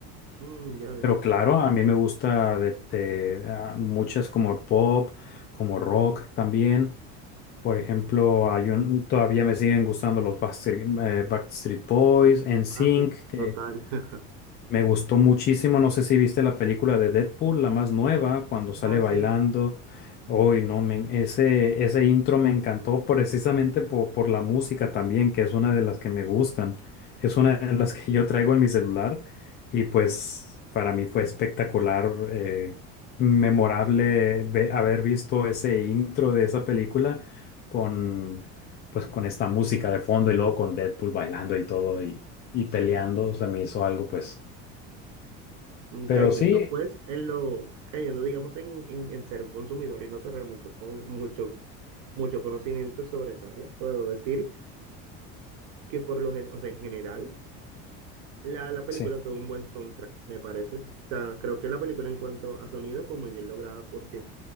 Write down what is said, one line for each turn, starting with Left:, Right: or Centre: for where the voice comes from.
Right: Mm, ya veo.
Left: Pero claro, a mí me gusta de, de, ah, muchas como pop, como rock también. Por ejemplo, hay un, todavía me siguen gustando los Backstreet, eh, Backstreet Boys, NSYNC,
Right: Ah, sí,
Left: que
Right: total. <laughs>
Left: me gustó muchísimo, no sé si viste la película de Deadpool, la más nueva, cuando sale
Right: Ah,
Left: bailando.
Right: sí,
Left: Hoy no, men, ese, ese intro me encantó precisamente por por, la música también, que es una de las que me gustan. Es una de las que yo traigo en mi celular y pues para mí fue espectacular, eh, memorable ve- haber visto ese intro de esa película con, pues, con esta música de fondo y luego con Deadpool bailando y todo y, y
Right: sí,
Left: peleando.
Right: total.
Left: Se me hizo algo pues
Right: mm,
Left: pero
Right: cayendo
Left: sí,
Right: pues en lo, cayendo digamos en, en, en ser un consumidor y no tener mucho, con- mucho, mucho conocimiento sobre esa área, puedo decir que por lo gen- o sea, en general la, la película
Left: sí.
Right: tuvo un buen soundtrack, me parece. O sea, creo que la película en cuanto a sonido fue muy bien lograda porque